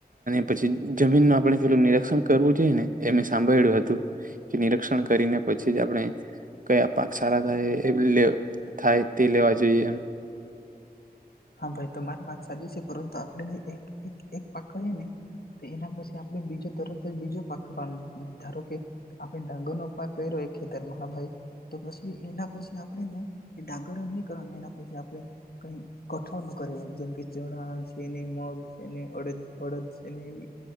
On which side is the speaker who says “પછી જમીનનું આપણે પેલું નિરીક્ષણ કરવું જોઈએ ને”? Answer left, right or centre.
Right